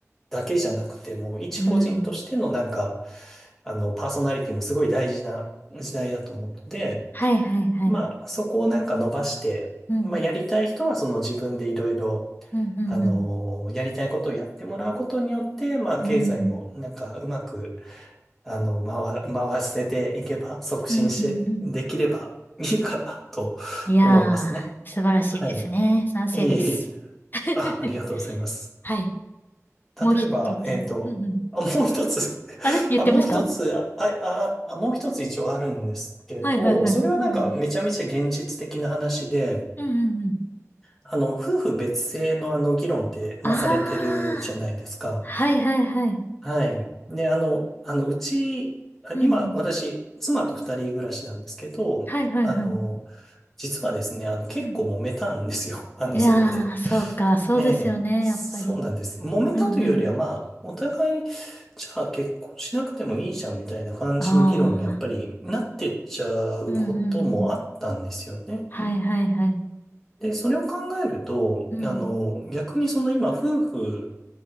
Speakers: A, in the centre; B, on the left.
A: だけじゃなくて、もう一個人としてのなんか、
B: うん。うん。
A: あの、パーソナリティもすごい大事な時代だと思うので、
B: はいはいはい。
A: まあ、そこをなんか伸ばして、
B: うん。
A: まあ、やりたい人はその自分でいろいろ、
B: うんうんうん。
A: あのーやりたいことをやってもらうことによって、まあ、
B: うん。
A: 経済もなんかうまく、あの、回、回せていけば、促進して、
B: うんうんうん。
A: できれば <laughs> いいかなと思いますね。
B: いやー、素晴らしいですね。
A: はい。
B: 賛成です。
A: いえいえ。
B: <laughs>
A: あ、ありがとうございます。
B: はい。もう一つ。
A: 例えば、えっと、
B: うんうん。
A: あ、もう一つ <laughs>
B: あれ言ってました
A: あ、もう一つ、あ、あ、あもう一つ一応あるんですけれど、
B: はいはいはい。
A: それはなんかめちゃめちゃ現実的な話で、
B: うんうん。うんうんうん。
A: あの、夫婦別姓のあの議論って、
B: ああ、
A: まあ、されてるじゃないですか。
B: はいはいはい。
A: はい。で、あの、あの、うち、あ今、
B: うんうん。
A: 私、妻と二人暮らしなんですけど、
B: はいはいはい。
A: あの、実はですね、あの、結構揉めたんですよ。
B: うん
A: <laughs> あの、
B: いやー、
A: そこで。
B: そうか、そうですよね、
A: ねえ、そうなんです。
B: やっぱり。
A: 揉めたというよりは、
B: うんうん。
A: まあ、お互い、じゃあ結婚しなくてもいいじゃんみたいな感じの議論にやっぱりなってっちゃうこともあったんですよね。
B: ああ、うんうんうん。はいはいはい。
A: で、それを考えると、
B: うん、
A: あの、逆にその今、夫婦